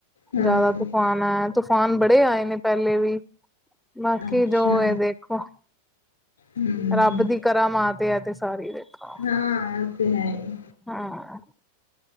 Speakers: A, on the left (about 70°); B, in the centre.
A: ਹਾਂ।
B: ਜਿਆਦਾ ਤੂਫਾਨ ਆਯਾ ਤੂਫਾਨ ਬੜੇ ਆਏ ਨੇ ਪਹਿਲੇ ਵੀ ਬਾਕੀ
A: ਅੱਛਾ
B: ਜੋ ਇਹ ਦੇਖ- ਦੇਖੋ
A: ਹੂੰ
B: ਰੱਬ ਦੀ ਕਰਾਂ ਮਾਂਤੇ ਆ ਤੇ ਸਾਰੀ ਦੇਖੋ-
A: ਹਾਂ ਇਹ ਤੇ ਹੈਹੀ
B: ਹਾਂ